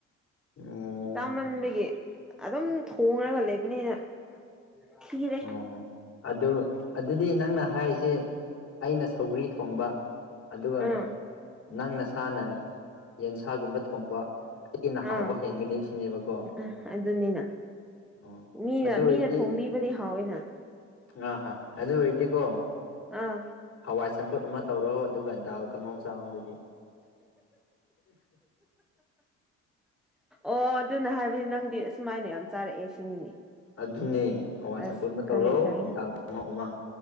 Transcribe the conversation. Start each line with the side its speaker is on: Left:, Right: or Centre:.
Left: ꯑꯣ
Centre: ꯆꯥꯃꯟꯕꯒꯤ ꯑꯗꯨꯝ ꯊꯣꯡꯉꯒ ꯂꯩꯕꯅꯤꯅ ꯈꯤꯔꯦ
Left: ꯑꯣ ꯑꯗꯨ ꯑꯗꯨꯗꯤ ꯅꯪꯅ ꯍꯥꯏꯔꯤꯁ‌ꯦ ꯑꯩꯅ ꯁꯧꯒ꯭ꯔꯤ ꯊꯣꯡꯕ ꯑꯗꯨꯒ
Centre: ꯑꯥ
Left: ꯅꯪ ꯅꯁꯥꯅ ꯌꯦꯟꯁꯥꯒꯨꯝꯕ ꯊꯣꯡꯕ ꯑꯩꯅ ꯍꯥꯎꯕ
Centre: ꯑꯥ
Left: ꯍꯦꯟꯒꯅꯤ ꯁꯤꯅꯦꯕꯀꯣ
Centre: ꯑ ꯑꯗꯨꯅꯤꯅ
Left: ꯑꯣ
Centre: ꯃꯤꯅ
Left: ꯑꯗꯨ
Centre: ꯃꯤꯅ
Left: ꯑꯣꯏꯔꯗꯤ
Centre: ꯊꯣꯡꯕꯤꯕꯗꯤ ꯍꯥꯎꯋꯤꯅ
Left: ꯑꯥ ꯍꯥ ꯑꯗꯨ ꯑꯣꯏꯔꯥꯗꯤꯀꯣ
Centre: ꯑꯥ
Left: ꯍꯋꯥꯏ ꯆꯝꯐꯨꯠ ꯑꯃ ꯇꯧꯔꯣ ꯑꯗꯨꯒ ꯗꯥꯜ ꯀꯥꯡꯉꯧ ꯆꯥꯎ ꯑꯗꯨꯗꯤ
Centre: ꯑꯣ ꯑꯗꯨꯅ ꯍꯥꯏꯕꯗꯤ ꯅꯪꯗꯤ ꯑꯁꯨꯃꯥꯏꯅ ꯌꯥꯝ ꯆꯥꯔꯛꯑꯦ ꯁꯤꯅꯤꯅꯦ
Left: ꯑꯗꯨꯅꯦ ꯍꯋꯥꯏ
Centre: ꯑꯁ
Left: ꯆꯝꯐꯨꯠ ꯑꯃ
Centre: ꯈꯪꯉꯦ
Left: ꯇꯧꯔꯣ
Centre: ꯈꯪꯉꯦ
Left: ꯗꯥꯜ ꯀꯥꯡꯒꯧ ꯑꯃ